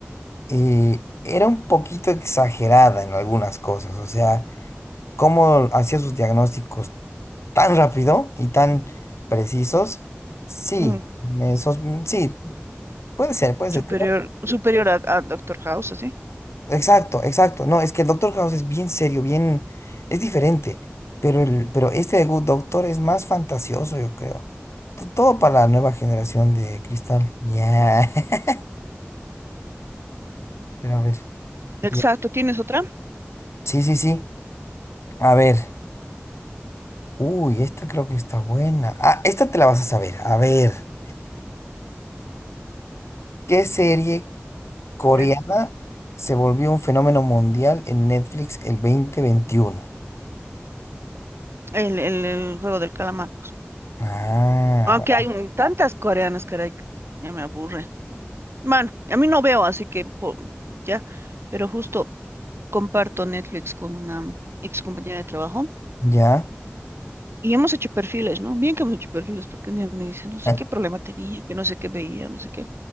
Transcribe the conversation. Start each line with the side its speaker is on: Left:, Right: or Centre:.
Left: Eh, era un poquito exagerada en algunas cosas, o sea, cómo hacía sus diagnósticos tan rápido y tan precisos. Sí,
Right: mm,
Left: me sos- mm, sí, puede ser, puede ser.
Right: superior, superior a, a Doctor House, así.
Left: Exacto, exacto. No, es que el Doctor House es bien serio, bien, es diferente. Pero el, pero este de Good Doctor es más fantasioso, yo creo. To- Todo para la nueva generación de Cristal. Ya. <laughs> Pero a ver.
Right: Exacto,
Left: ya.
Right: ¿tienes otra?
Left: Sí, sí, sí. A ver. Uy, esta creo que está buena. Ah, esta te la vas a saber. A ver. ¿Qué serie coreana
Right: A ver,
Left: se volvió un fenómeno mundial en Netflix el 2021?
Right: el, el, el juego del calamar. pues.
Left: Ah,
Right: Aunque
Left: bueno,
Right: hay un- tantas coreanas, caray, que ya me aburre. Bueno, a mí no veo, así que po- ya, pero justo comparto Netflix con una ex compañera de trabajo
Left: ya.
Right: y hemos hecho perfiles, ¿no? Bien que hemos hecho perfiles, porque un día me dice, no sé
Left: <laughs>
Right: qué problema tenía, que no sé qué veía, no sé qué.